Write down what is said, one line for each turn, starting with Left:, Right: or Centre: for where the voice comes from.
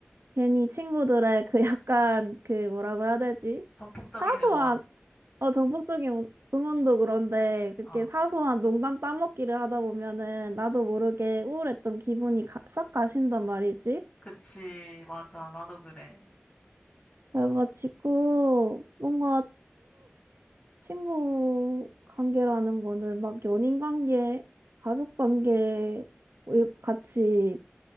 Right: 괜히 친구들의 그 <laughs> 약간 그 뭐라고 해야 되지?
Left: 전폭적인
Right: 사소한,
Left: 응원.
Right: 어, 정복적인 응- 응원도 그런데 그렇게
Left: 아,
Right: 사소한 농담 따먹기를 하다 보면은 나도 모르게 우울했던 기분이 가, 싹 가신단 말이지.
Left: 그치. 맞아. 나도 그래.
Right: 그래가지고 뭔가 친구 관계라는 거는 막 연인 관계, 가족 관계 뭐 이렇게 같이